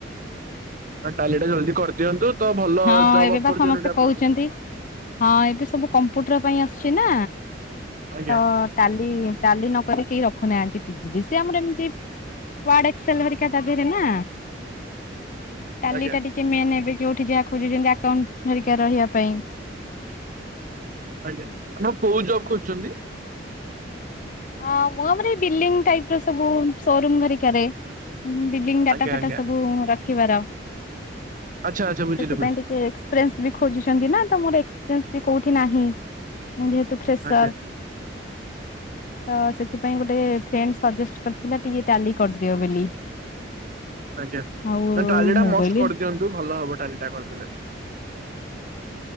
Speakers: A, on the right (about 45°); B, on the left (about 45°).
A: ନା ଟାଲି ଟା ଜଲ୍ଦି କରିଦିଅନ୍ତୁ। ତ ଭଲ
B: ହଁ
A: ଜବ୍
B: ଏବେ
A: ଅପରଚ୍ୟୁନିଟି
B: ବା ସମସ୍ତେ
A: ଆପଣଙ୍କୁ
B: କହୁଛନ୍ତି ହଁ ଏବେ ସବୁ କମ୍ପୁଟର ପାଇଁ ଆସୁଛି ନା
A: ଆଜ୍ଞା
B: ତ ଟାଲି ଟାଲି ନକରିକି କେହି ରଖ ଦେଖୁ ନାହାନ୍ତିି ପିଜିଡିସିଏ ଆମର ଏମିତି ୱାର୍ଡ ଏକ୍ସେଲହେରିକା ତା ଦେହରେ ନା ଟାଲି
A: ଆଜ୍ଞା
B: ଟା ଟିକେ ମେନ୍ ଏବେ <inaudible> ଖୋଜୁଛନ୍ତି ଆଉଣ୍ଟ ହେରିକା ରହିବା ପାଇଁ
A: ଆଜ୍ଞା ଆପଣ କୋଉ ଜବ୍ ଯଖହୁଛନ୍ତି?
B: ହଁ ମୁଁ ଆମର ବିଲଡିଙ୍ଗ ଟାଇପ ର ସବୁ ସୋରୁ ହେରିକରେ ହଁ ବିଲଡିଙ୍ଗ ଡାଟା
A: ଆଜ୍ଞା
B: ଫାଟା
A: ଆଜ୍ଞା
B: ସବ ରଖ ଶିବରାମ
A: ଆଚ୍ଛା ଆଚ୍ଛା
B: ସେଥିପାଇଁ
A: ବୁଝିଲି ବୁଝିଲି
B: ଟିକ ଏକ୍ପିସ ବି ଖୋଜଛନ୍ତି ନା ତ ମୋର ଏସ <unintelligible> ନାହିଁ। ମୁଁ ଯେହେତୁ ଫ୍ରେଶର।
A: ଆଜ୍ଞା
B: ତ ସେଥିପାଇଁ ଗୋଟେ ଫ୍ରେଣ୍ଡ ସଜେଷ୍ଟ କରିଥିଲା ଟିକେ ଟାଲି କରିଦିଅ ବୋଲି।
A: ଆଜ୍ଞା
B: ଆଉ
A: ନା ଟାଲି ଟା
B: ମୁଁ
A: ମଷ୍ଟ
B: କହିଲି
A: କରିଦିଅନ୍ତୁ ଭଲ ହବ। ଟିଲିଟା କରୁଥିଲେ।